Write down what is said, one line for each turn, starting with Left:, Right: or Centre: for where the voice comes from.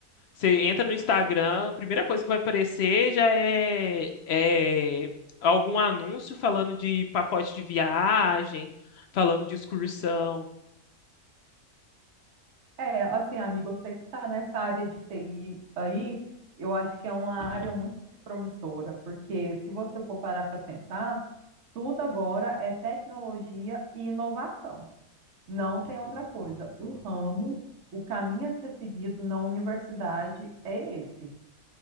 Left: Você entra no Instagram, a primeira coisa que vai aparecer já é, é algum anúncio falando de pacote de viagem, falando de excursão.
Right: É, assim, amiga, eu sei que está nessa área de TI aí, eu acho que é uma área muito promissora, porque se você for parar para pensar, tudo agora é tecnologia e inovação. Não tem outra coisa. O ramo, o caminho a ser seguido na universidade é esse.